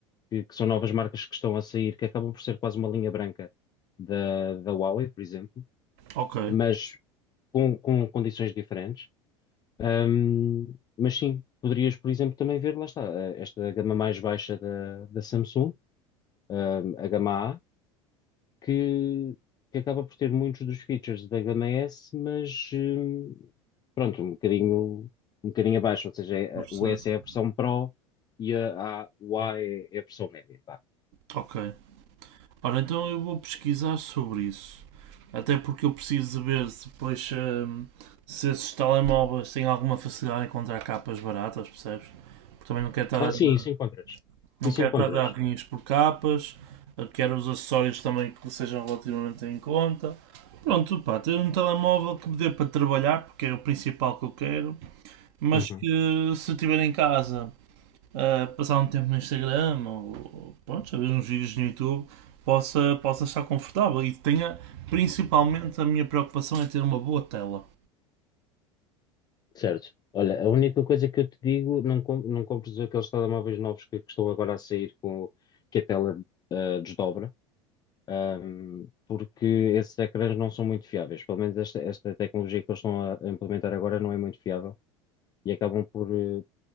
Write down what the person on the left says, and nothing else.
que, que são novas marcas que estão a sair, que acabam por ser quase uma linha branca da, da Huawei, por exemplo,
mas com, com condições diferentes. Ahm, mas sim, poderias, por exemplo, também ver, lá está, ah, esta gama mais baixa da, da Samsung, ahm, a gama A, que, que acaba por ter muitos dos features da gama S, mas hum, pronto, um bocadinho, um bocadinho abaixo, ou seja, é-
o S é a versão Pro e a, a- o A é, é a versão média. vá.
Ah,
sim,
isso encontras.
Isso
encontras.
Uhum.
Certo. Olha, a única coisa que eu te digo, não, com- não compres aqueles telemóveis novos que, que estão agora a sair com que a tela ah, desdobra. Um, porque esses ecrãs não são muito fiáveis. Pelo menos esta, esta tecnologia que eles estão a implementar agora não é muito fiável e acabam por eh,